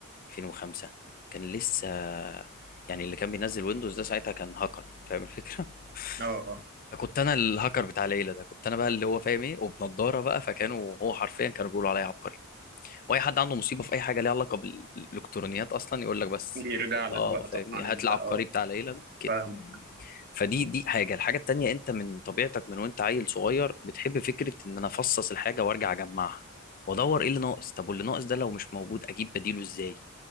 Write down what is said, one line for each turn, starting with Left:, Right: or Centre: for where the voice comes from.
Left: 2005 كان لسه يعني اللي كان بينزل ويندوز ده ساعتها كان هاكر فاهم الفكرة <laughs>
Right: آه
Left: فكنت انا الهاكر بتاع ليلى ده كنت انا بقى اللي هو فاهم ايه وبنضاره بقى فكانوا هو حرفيا كانوا بيقولوا عليا عبقري واي حد عنده مصيبه في اي حاجه ليها علاقه بالالكترونيات اصلا يقول لك بس
Right: يرجع لك
Left: اه
Right: بقى
Left: فاهمني
Right: طبعا
Left: هات
Right: أنت
Left: العبقري
Right: أه
Left: بتاع ليلى ده كده
Right: فاهمك
Left: فدي دي حاجه الحاجه التانيه انت من طبيعتك من وانت عيل صغير بتحب فكره ان انا افصص الحاجه وارجع اجمعها وادور ايه اللي ناقص طب واللي ناقص ده لو مش موجود اجيب بديله ازاي